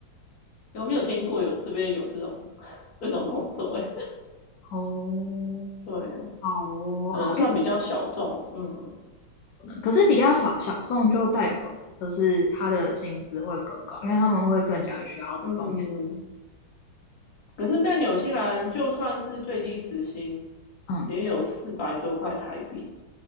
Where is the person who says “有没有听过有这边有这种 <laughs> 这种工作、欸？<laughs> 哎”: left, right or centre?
Left